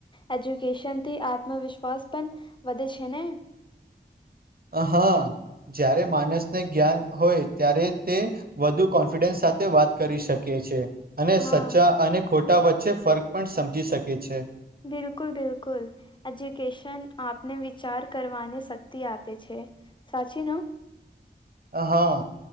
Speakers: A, on the left; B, on the right.
A: એજ્યુકેશનથી આત્મવિશ્વાસ પણ વધે છે ને
B: હા જ્યારે માનસને જ્ઞાન હોય ત્યારે તે વધુ કોન્ફિડન્સ સાથે વાત કરી શકી છે. અને
A: હા
B: સચ્ચા અને ખોટા વચ્ચે ફર્ક પણ સમજી શકે છે.
A: બિલકુલ બિલકુલ એજ્યુકેશન આપને વિચાર કરવાની શક્તિ આપે છે સાચી
B: હા